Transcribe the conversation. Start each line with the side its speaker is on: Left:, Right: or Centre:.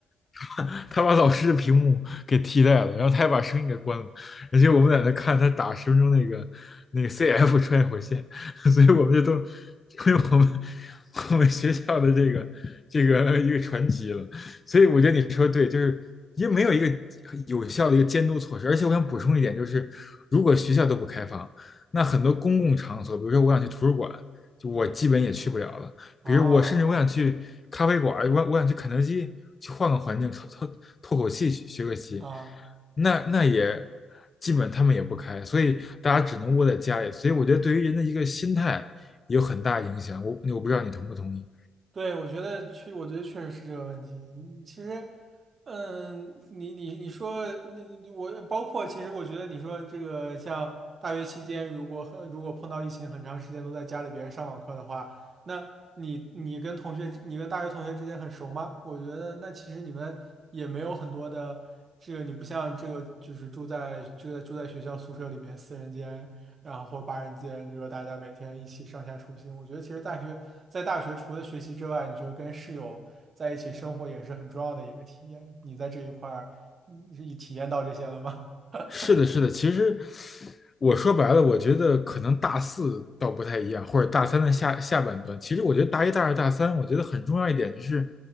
Left: 他他把老师的屏幕给替代了，然后他还把声音给关了，而且我们在那看他打十分钟那个那个 CF 穿越火线，<laughs> 所以我们就都成为我们我们学校的这个这个一个传奇了。所以我觉得你说的对，就是因为没有一个有效的一个监督措施。而且我想补充一点，就是如果学校都不开放，那很多公共场所，比如说我想去图书馆，就我基本也去不了了。
Right: 对
Left: 比如我甚至我想去咖啡馆，
Right: 啊。
Left: 我我想去肯德基，去换个环境透透透口气，学个习，
Right: 啊，
Left: 那那也基本他们也不开，所以大家只能窝在家里。所以我觉得对于人的一个心态也有很大影响。我我不知道你同不同意。
Right: 对，我觉得确，我觉得确实是这个问题。嗯其实，嗯，你你你说，你你我包括，其实我觉得你说这个像大学期间，如果很如果碰到疫情很长时间都在家里边上网课的话，那你你跟同学，你跟大学同学之间很熟吗？我觉得那其实你们也没有很多的这个，你不像这个就是住在住在住在学校宿舍里边四人间。然后或者八人间，这个大家每天一起上下出行。我觉得其实大学在大学除了学习之外，你就是跟室友在一起生活也是很重要的一个体验。你在这一块儿，你体验到这些了吗？<laughs>
Left: 是的，是的。其实我说白了，我觉得可能大四倒不太一样，或者大三的下下半段。其实我觉得大一、大二、大三，我觉得很重要一点就是，